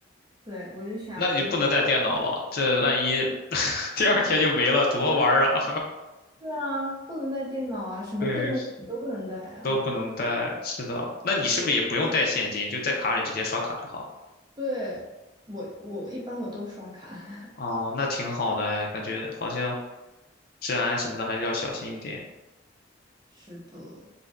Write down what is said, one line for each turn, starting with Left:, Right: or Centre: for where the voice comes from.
Right: 对，我就选了一个。
Left: 那你不能带电脑了，这万一 <laughs> 第二天就没了，多玩儿啊！
Right: 对啊，不能带电脑啊，
Left: <laughs>
Right: 什么贵重物品都不能带啊。
Left: 对，都不能带，是的。那你是不是也不用带现金，就在卡里直接刷卡就好了？
Right: 对，我我一般我都刷卡。<laughs>
Left: 哦，那挺好的哎，感觉好像治安什么的还是要小心一点。
Right: 是的，